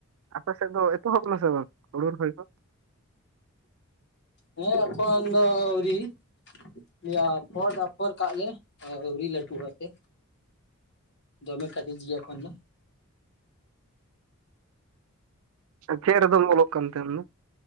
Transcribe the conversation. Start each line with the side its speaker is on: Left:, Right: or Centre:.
Right: ᱟᱯᱮ ᱥᱮᱫ ᱫᱚ ᱮᱛᱚᱦᱚᱵ ᱱᱟ ᱥᱮ ᱵᱟᱝ ᱦᱩᱲᱩ ᱨᱚᱦᱚᱭ ᱠᱚ?
Left: ᱦᱮᱸ ᱮᱠᱷᱚᱱ ᱫᱚ ᱟᱹᱣᱨᱤ? ᱫᱤᱭᱮ ᱟᱯᱷᱚᱨ ᱟᱯᱷᱚᱨ ᱠᱟᱜ ᱞᱮ ᱟᱹᱣᱨᱤ ᱞᱟᱹᱴᱩᱜᱼᱟ ᱥᱮ᱾ ᱫᱚᱢᱮ ᱠᱟᱹᱴᱤᱡ ᱜᱮᱭᱟ ᱮᱠᱷᱚᱱ ᱫᱚ᱾
Right: ᱪᱮᱫ ᱨᱮᱫᱚᱢ ᱚᱞᱚᱜ ᱠᱟᱱᱛᱮ ᱟᱢᱫᱚ?